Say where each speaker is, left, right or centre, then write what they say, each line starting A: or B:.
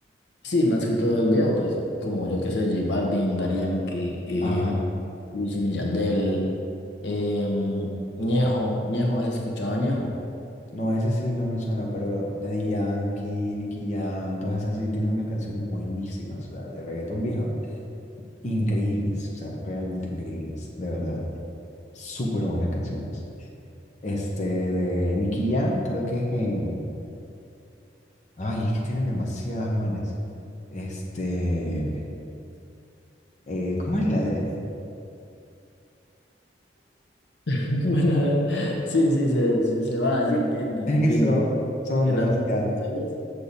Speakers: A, on the left; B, on the left.
A: Sí, más que todo el viejo, pues como yo que sé, J Balvin, Daddy Yankee, eh,
B: Ajá.
A: Wisin y Yandel, eh, mm, Ñejo, Ñejo, ¿has escuchado a Ñejo?
B: No, ese sí no me suena, pero Daddy Yankee, Nicky Jam, todas esas sí tienen unas canciones buenísimas, o sea, de reggaetón viejo. Increíbles, o sea, realmente increíbles, de verdad. Súper buenas canciones. este, de Nicky Jam, creo que es en... Ay, es que tienen demasiadas buenas. Este, eh, ¿cómo es la de...?
A: <laughs> Bueno, sí, sí, se, se, se va,
B: Sí,
A: se entiende,
B: Es
A: entiende.
B: que son, son
A: De
B: demasiadas.
A: tantas canciones.